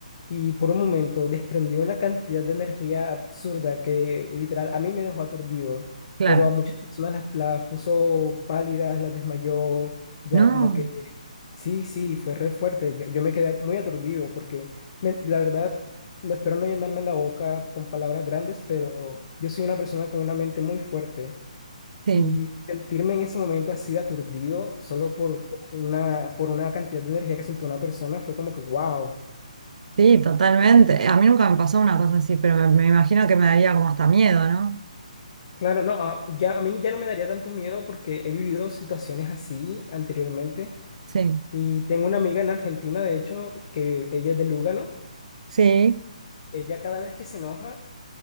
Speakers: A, on the left (about 45°); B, on the right (about 65°).
A: Y por un momento desprendió una cantidad de energía absurda que literal a mí me dejó aturdido,
B: claro.
A: pero a muchas personas las, las puso pálidas, las desmayó, ya
B: No,
A: como que sí, sí, fue re fuerte. Yo, yo me quedé muy aturdido porque me- la verdad, no espero no llenarme la boca con palabras grandes, pero yo soy una persona con una mente muy fuerte.
B: sí,
A: Y sentirme en ese momento así de aturdido solo por una, por una cantidad de energía que soltó una persona fue como que, wow.
B: sí, totalmente. A mí nunca me pasó una cosa así, pero me, me imagino que me daría como hasta miedo, ¿no?
A: Claro, no, a- ya, a mí ya no me daría tanto miedo porque he vivido situaciones así anteriormente.
B: Sí,
A: Y tengo una amiga en Argentina, de hecho, que ella es de Lugano.
B: sí.
A: Ella cada vez que se enoja,